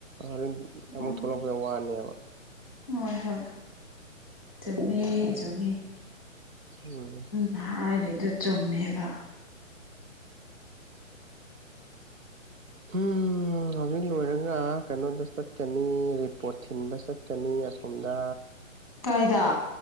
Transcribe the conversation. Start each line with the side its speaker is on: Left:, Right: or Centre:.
Right: ꯍꫭꯔꯦꯟ ꯑꯃꯨꯛ
Centre: ꯎꯝ
Right: ꯊꯣꯛꯂꯛꯄꯗ ꯋꯥꯅꯦꯕ
Centre: ꯍꯣꯏ ꯍꯣꯏ ꯆꯨꯝꯃꯦ ꯆꯨꯝꯃꯦ
Right: ꯎꯝ
Centre: ꯅ ꯍꯥꯏꯗꯩꯗꯣ ꯆꯨꯝꯃꯦꯕ꯫
Right: ꯍꯨꯝ ꯍꯧꯖꯤꯛ ꯂꯣꯏꯔꯒ ꯀꯩꯅꯣꯗ ꯆꯠꯀꯅꯤ ꯔꯤꯄꯣꯔꯠ ꯊꯤꯟꯕ ꯆꯠꯀꯅꯤ ꯑꯁꯣꯝꯗ
Centre: ꯀꯥꯏꯗ